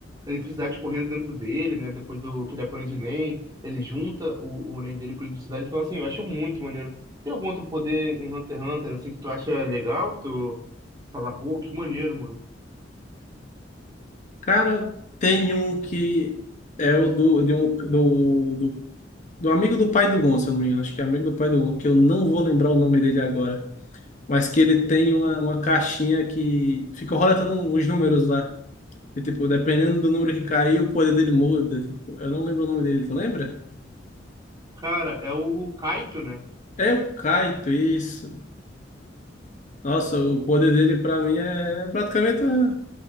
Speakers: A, on the right; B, on the left.
A: eletricidade correndo dentro dele, né? Depois do que ele aprende Nen, ele junta o, o Nen dele com eletricidade. Então, assim, eu acho muito maneiro. Tem algum outro poder em Hunter x Hunter, assim, que tu acha legal, que tu Falar, pô, que maneiro, mano.
B: Cara, tem um que é o do, de um, do, do Do amigo do pai do Gon, se eu não me engano. Acho que é amigo do pai do Gon, que eu não vou lembrar o nome dele agora. Mas que ele tem uma, uma caixinha que fica roletando os números lá. E, tipo, dependendo do número que cair, o poder dele muda. Tipo, eu não lembro o nome dele, tu lembra?
A: Cara, é o Kaito, né?
B: É o Kaito, isso. Nossa, o poder dele pra mim é praticamente uma,